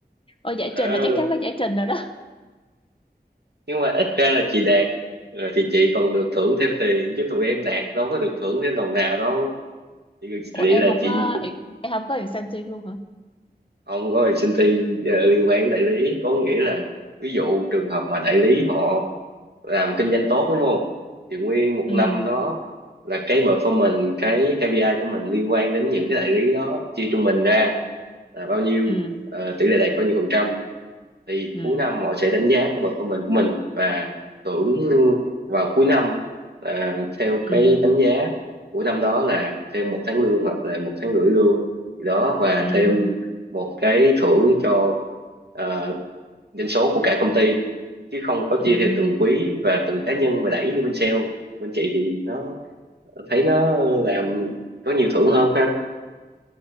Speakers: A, on the left (about 30°); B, on the right (about 75°).
A: ôi giải
B: Ờ,
A: trình là chắc chắn phải giải trình rồi đó
B: nhưng mà ít ra là chị đạt rồi thì chị còn được thưởng thêm tiền chứ tụi em đạt đâu có được thưởng thêm đồng nào đâu chị,
A: ủa
B: vậy
A: em
B: là
A: không
B: chị
A: có em không có incentive luôn hả
B: không có ty liên quan đến đại lý có nghĩa là ví dụ trường hợp mà đại lý họ làm kinh doanh tốt đúng không thì nguyên một
A: ừ
B: năm đó là cái performance cái KPI của mình liên quan đến những cái đại lý đó chia trung bình ra là bao nhiêu
A: ừ
B: ờ, tỷ lệ đạt bao nhiêu phần trăm thì
A: ừ
B: cuối năm họ sẽ đánh giá cái performance của mình của mình và thưởng vào cuối năm à, theo
A: ừ
B: cái đánh giá của năm đó là thêm một tháng lương hoặc là một tháng rưỡi lương gì đó và
A: ừ
B: thêm một cái thưởng cho à, doanh số của cả công ty chứ không có
A: ừ
B: chia theo từng quý và từng cá nhân mà đẩy như bên sale bên chị thì nó thấy nó làm có nhiều thưởng hơn ha